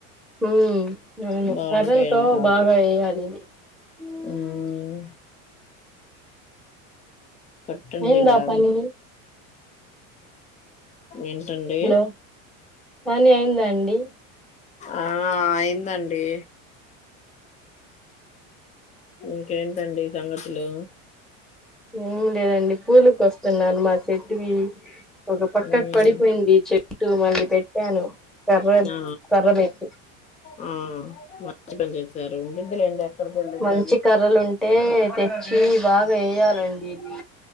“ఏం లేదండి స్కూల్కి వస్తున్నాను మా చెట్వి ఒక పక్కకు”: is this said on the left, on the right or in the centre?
Centre